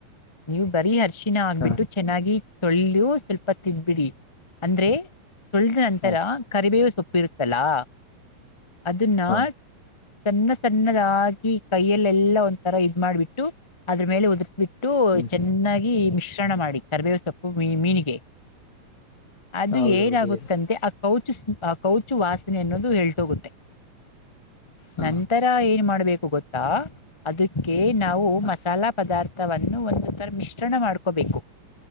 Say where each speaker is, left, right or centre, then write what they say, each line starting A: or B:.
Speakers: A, on the left; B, on the left.
A: ನೀವು್ ಬರೀ ಹರ್ಷಿನ ಆಗ್ಬಿಟ್ಟು
B: ಹ
A: ಚೆನ್ನಾಗಿ ಸೊಳ್ಳು ಸ್ವಲ್ಪ ತಬ್ಬಿಡಿ ಅಂದ್ರೆ ಸಳೆದ ನಂತರ
B: ಹ
A: ಕರಿಬೇವು ಸ ಪ್ರತಲಾ ಅನ್ನ
B: ಹ
A: ಸಣ್ಣ ಸಣ್ಣದಾಗಿ ಕೈಯಲ್ಲೆಲ್ಲಾ ಒಂಥರ ಇದ್ ಮಾಡ್ಬಿಟ್ಟು ಅದ್ರ ಮೇಲೆ ಉದರ್ಬಿಟ್ಟ ಬಿಟ್ಟು
B: ಹ್ಮ್
A: ಚೆನ್ನಾಗಿ ಮಿಶ್ರಣ ಮಾಡಿ ಕರ್ಬೇವ ಸೊಪ್ಪು ಮೀ ಮೀನಿಗೆ ಅದು
B: ಹೌದೌದು
A: ಏನಾಗುತ್ತಂತೆ
B: ಹೇಳಿ
A: ಆ ಕೌ ಆ ಕೌಚು ವಾಸನೆ ಅನ್ನೋದು <unintelligible> ಹೋಗುತ್ತೆ
B: ಹಾ
A: ನಂತರ ಏನ್ ಮಾಡ ಬೇಕು ಗೊತ್ತಾ ಅದಕ್ಕೆ ನಾವು
B: ಹ
A: ಮಸಾಲಾ ಪದಾರ್ಥ ತವನ್ನು ಒಂದು ತರ ಮಿಶ್ರಣ ಮಾಡ್ಕೋಬೇಕು.